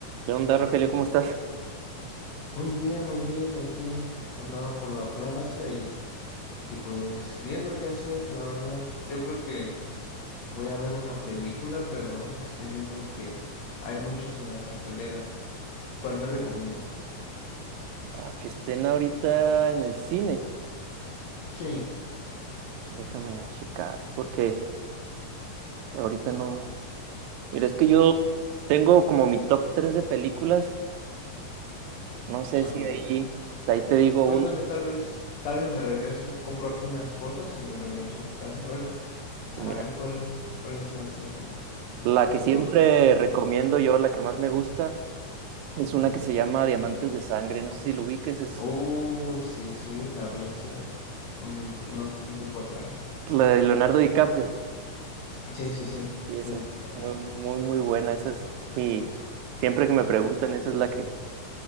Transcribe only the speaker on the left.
Muy bien, muy bien. Aquí andaba por la plaza y, y pues viendo qué hacer, la verdad. Yo creo que voy a ver una película, pero estoy viendo que hay muchas en la cartelera. ¿Cuál me recomiendas?
Sí,
a
ver,
cu-
cuéntame
tal vez, tal vez me regreso, compro aquí unas cosas y me regreso a mi casa a verla. A
ver, ¿cuál, cuáles son las tres que me...
Tu
top.
Oh, sí, sí, la vi hace un, unos, un tiempo atrás.
Sí, sí, sí,
sí,
está.